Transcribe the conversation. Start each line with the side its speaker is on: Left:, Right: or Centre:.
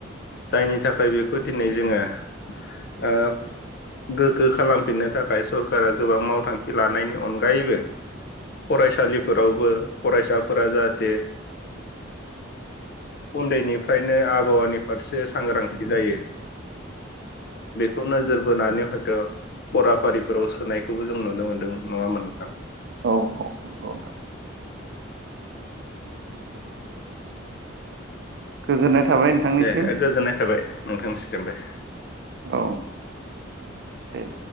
Left: जायनि थाखाय बेखौ दिनै जोङो ओ गोग्गो खालामफिननो थाखाय <unintelligible> सरकारा गोबां मावथांखि लानायनि अनग अरायबो फरायसालिफोरावबो फरायसाफोरा जाहाथे उन्दैनिफ्रायनो आबहावानिफ्राय फारसे सांग्रांथि जायो बेखौ नोजोर बोनानै हयथ' फराफारिफोराव सोनायखौबो जों नुनो मोन्दों नङा होमब्ला नोंथां
Right: औ औ औ <inaudible> गोजोन्नाय थाबाय नोंथांनिसिम
Left: दे गोजोननाय थाबाय नोंथांसिमबो
Right: औ दे